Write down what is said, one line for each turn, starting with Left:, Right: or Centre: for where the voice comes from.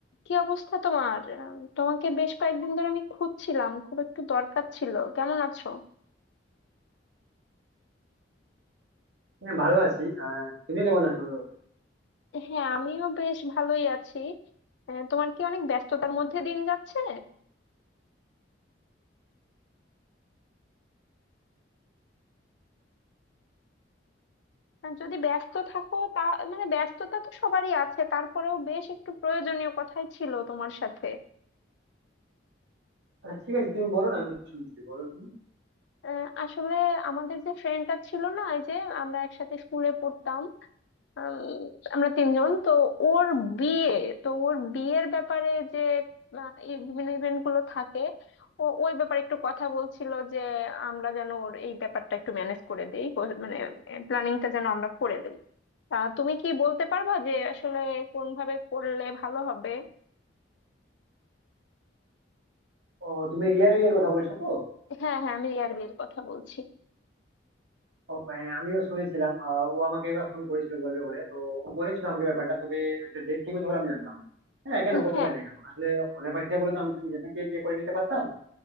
Left: কি অবস্থা তোমার আহ, তোমাকে বেশ কয়েকদিন ধরে আমি খুঁজছিলাম খুব একটু দরকার ছিল কেমন আছো
Right: হ্যাঁ ভালো আছি আহ তুমি কেমন আছো
Left: হ্যাঁ আমিও বেশ ভালোই আছি আহ, তোমার কি অনেক ব্যস্ততার মধ্যে দিন যাচ্ছে আর যদি ব্যস্ত থাকো তা মানে ব্যস্ততা তো সবারই আছে তারপরেও বেশ একটু প্রয়োজনীয় কথাই ছিল তোমার সাথে
Right: আচ্ছা ঠিক আছে তুমি বলো না আমি শুনছি বলো তুমি
Left: আহ, আসলে আমাদের যে ফ্রেন্ডটা ছিল না এই যে আমরা একসাথে স্কুলে পড়তাম আম, আমরা তিনজন তো ওর বিয়ে তো ওর বিয়ের ব্যাপারে যে আহ, এই বিভিন্ন ইভেন্ট গুলো থাকে ও ওই ব্যাপারে একটু কথা বলছিল যে আমরা যেন ওর এই ব্যাপারটা একটু ম্যানেজ করে দেই ও- মানে প্ল্যানিংটা যেন আমরা করে দেই তা তুমি কি বলতে পারবা যে আসলে কোন ভাবে করলে ভালো হবে
Right: ও তুমি রিয়ার বিয়ের কথা বলছো তো
Left: হ্যাঁ হ্যাঁ আমি রিয়ার বিয়ের কথা বলছি
Right: ও হ্যাঁ আমিও শুনেছিলাম আহ, ও আমাকে এবার ফোন করেছিল বলবে বলে তো ও বলেছিল আমাকে ব্যাপারটা তবে একটা ডেট ঠিক হচ্ছে বলে আমি জানতাম না। হ্যাঁ কেন করতে
Left: হ্যাঁ
Right: পারি না কেন আসলে ওদের বাড়ি থেকে বলে তো আমি তো নিজে থেকে গিয়ে করে নিতে পারতাম